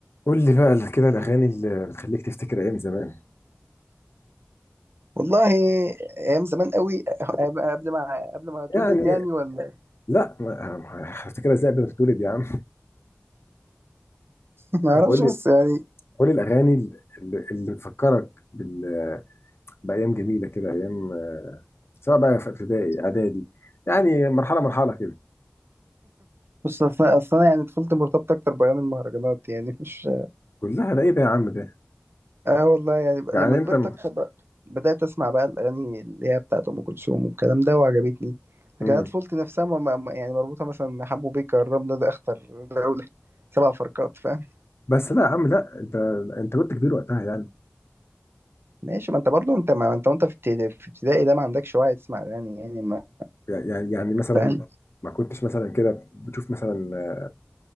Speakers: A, on the left; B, on the right.
A: قول لي بقى كده الاغاني اللي بتخليك تفتكر ايام زمان
B: والله ايام زمان قوي قبل ما قبل ما اتولد
A: يعني
B: يعني ولا
A: لا ما ما- هفتكرها ازاي قبل ما تتولد يا عم
B: <laughs>
A: <laughs>
B: ما اعرفش
A: انا بقول لي
B: بس يعني
A: بقول لي الاغاني اللي, اللي بتفكرك بال... بايام جميله كده ايام سواء بقى في ابتدائي اعدادي يعني مرحله مرحله كده
B: بص اصلا اصلا يعني طفولتي مرتبطه اكتر بايام المهرجانات يعني مش
A: كلها ده ايه ده يا عم ده
B: اه والله يعني بقى
A: يعني
B: لما
A: انت
B: كبرت
A: م...
B: اكتر بقى بدات اسمع بقى الاغاني اللي هي بتاعت ام كلثوم والكلام ده وعجبتني
A: مم.
B: لكن أنا طفولتي نفسها ما ما- ما- يعني مربوطه مثلا حمو بيكا الرمله ده اخطر دوله سبع فرقات فاهم
A: بس لا يا عم لا انت انت كنت كبير وقتها يعني
B: ماشي ما انت برضو انت ما انت وانت في ابتدائي في ابتدائي ده ما عندكش وعي تسمع اغاني يعني ما
A: يعني يعني مثلا
B: فاهم
A: ما كنتش مثلا كده بتشوف مثلا